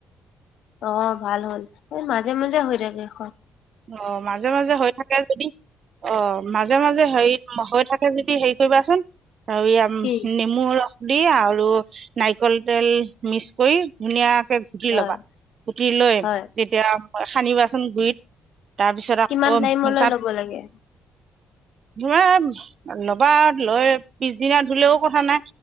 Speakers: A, on the left; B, on the right.
A: অ ভাল হ'ল এই মাজে মাজে হৈ থাকে খব।
B: অ মাজে মাজে হৈ থাকে যদি। অ মাজে মাজে হেৰি হৈ থাকে যদি হেৰি কৰিবাচোন। আ
A: কি
B: নেমু ৰস দি আৰু নাৰিকল তেল মিক্স কৰি ধুনীয়া কোটি
A: হয়
B: লবা কোটি লৈ
A: হয়
B: তেতিয়া সানিবাচোন গুৰিত তাৰপিছত আকৌ
A: কিমান টাইমলৈ
B: তাত
A: ল'ব লাগে
B: ধৰা লবা লৈ পিছদিনা ধুলেও কথা নাই